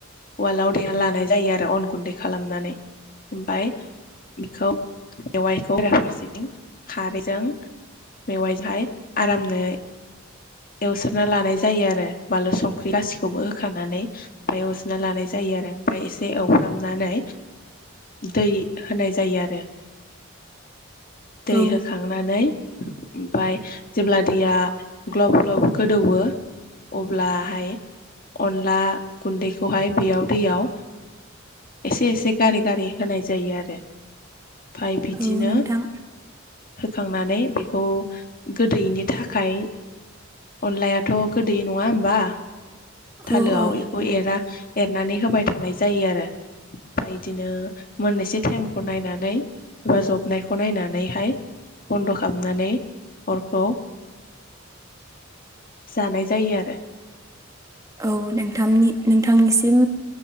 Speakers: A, on the left; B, on the right.
A: वालाव देना लानाय जायो आरो अन गुन्दै खालामनानै ओमफ्राय बेखौ मेएवाइखौराफारसेथिं खारैजों मेवाइजोंहाय आरामनो एवस्रना लानाय जायो आरो बानलु संख्रि गाैखौबो होखानानै। ओमफ्राय एवजना लानाय जायो आरो ओमफ्राय एसे एवफ्रामनानै दै। होनाय जायो आरो दै
B: औ
A: होखांनानै ओमफफ्राय जेब्ला दैया ग्लब ग्लब गोदौवो। अब्लाहाय अनला गुन्दैखौहाय बेयाव दैयाव एसे एसे गारि गारि होनाय जायो आरो। ओमफाय बिदिनो
B: औ नोंथां
A: होखांनानै बेखौ। थ गोदैनि थाखाय अनलायाथ' गोदै नङा होमबा। थालोआव
B: औ औ
A: बेखौ एरा एरनानै होबाय थानाय जायो आरो। ओमफ्राय इदिनो मोननैसो टाइमखौ नायनानै एबा जबनायखौ नायनानैहाय। बन्द' खालामनानै अरखौ। जानाय जायो आरो
B: औ नोंथांनि नोंथांनिसिम